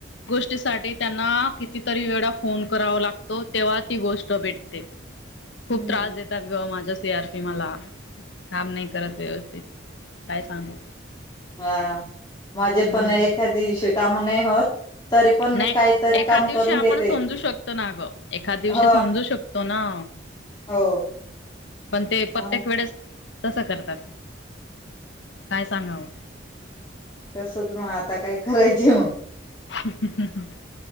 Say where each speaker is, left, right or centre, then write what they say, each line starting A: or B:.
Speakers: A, on the left; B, on the left.
A: त्या साठी त्यांना कितीतरी वेळा फोन करावा लागतो, तेव्हा ती गोष्ट भेटते. खूप
B: हम्म.
A: त्रास देतात ग माझ्या सी आर पी मला काम नाही करत व्यवस्थित काय सांगू.
B: हा माझे
A: हम्म.
B: पण एखाद दीवशी काम नाही होत. तरी पण
A: नाही
B: मी काहीतरी
A: एखाद
B: काम
A: दिवशी
B: करून
A: आपण
B: घेते
A: समजू शकतो ना ग एखाद दिवशी
B: ह
A: समजू शकतो ना.
B: हो.
A: पण ते
B: हा
A: प्रत्येक वेळेस. तसं करतात काय सांगावं.
B: तसच मग आता काय करायचे मग
A: ह् हम् हम् हम